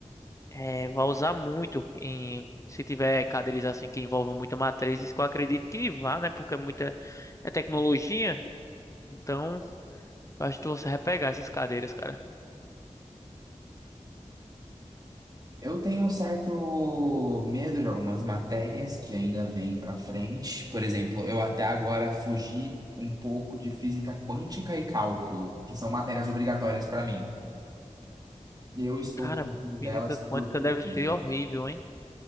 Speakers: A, on the left; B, on the right.
A: É, vai usar muito em se tiver cadeiras assim que envolvam muita matrizes, que eu acredito que vá, né? Porque é muita é tecnologia. Então, eu acho que você vai pegar essas cadeiras, cara.
B: Eu tenho um certo medo de algumas matérias que ainda vêm para frente. Por exemplo, eu até agora fugi um pouco de física quântica e cálculo, que são matérias obrigatórias para mim. Eu estou
A: Cara,
B: fugindo delas
A: física
B: por
A: quântica
B: puro
A: deve
B: medo.
A: ser horrível, hein?